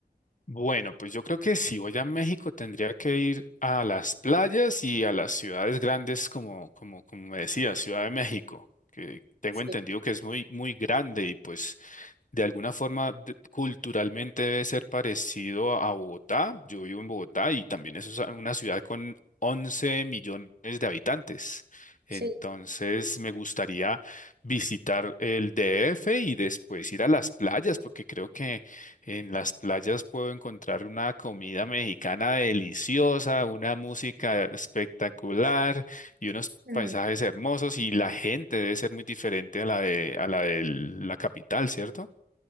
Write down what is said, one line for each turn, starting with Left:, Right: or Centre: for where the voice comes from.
Left: Bueno, pues yo creo que si voy a México tendría que ir a las playas y a las ciudades grandes como, como, como me decía, Ciudad de México, que tengo
Right: Sí,
Left: entendido que es muy, muy grande y pues de alguna forma, de- culturalmente debe ser parecido a a Bogotá. Yo vivo en Bogotá y también es usa- una ciudad con 11 millones de habitantes. Entonces,
Right: sí.
Left: me gustaría visitar el DF y después ir a las playas, porque creo que en las playas puedo encontrar una comida mexicana deliciosa, una música espectacular y unos
Right: Ujú.
Left: paisajes hermosos y la gente debe ser muy diferente a la de, a la de la capital, ¿cierto?